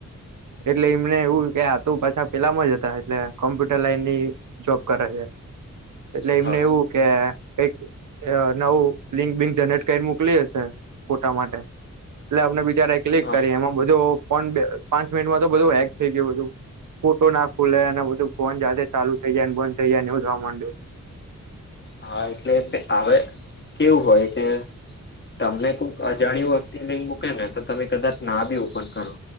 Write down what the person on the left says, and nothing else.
હા
હા
હા એટલે હવે કેવું હોય કે તમને કોઈક અજાણ્યું વ્યક્તિ લિંક મૂકે ને તો તમે કદાચ ના બી ઓપન કરો.